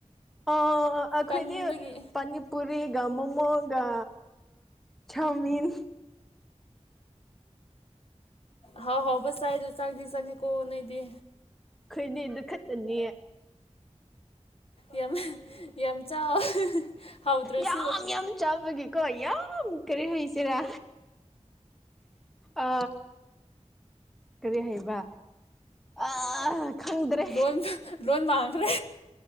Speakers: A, in the centre; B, on the left.
A: ꯑ ꯑꯩꯈꯣꯏꯗꯤ
B: ꯇꯟꯕꯒꯤ
A: ꯄꯥꯅꯤ ꯄꯨꯔꯤꯒ ꯃꯣꯃꯣꯒ ꯆꯥꯎꯃꯤꯟ
B: ꯍꯥꯎ ꯍꯥꯎ ꯆꯥꯏꯗꯣ ꯆꯪꯗꯤ ꯆꯪꯉꯦ ꯀꯣ ꯅꯣꯏꯗꯤ
A: ꯑꯩꯈꯣꯏꯗꯤ ꯑꯗꯨ ꯈꯛꯇꯅꯦ
B: ꯌꯥꯝ ꯌꯥꯝ ꯆꯥꯎ ꯍꯥꯎꯇ꯭ꯔꯁꯨ
A: ꯌꯥꯝ ꯌꯥꯝ ꯆꯥꯕꯒꯤꯀꯣ ꯌꯥꯝ ꯀꯔꯤ ꯍꯩꯁꯤꯔꯥ ꯑ ꯀꯔꯤ ꯍꯥꯏꯕ ꯑꯥ ꯈꯪꯗ꯭ꯔꯦ
B: ꯂꯣꯟ ꯂꯣꯟ ꯃꯥꯡꯈ꯭ꯔꯦ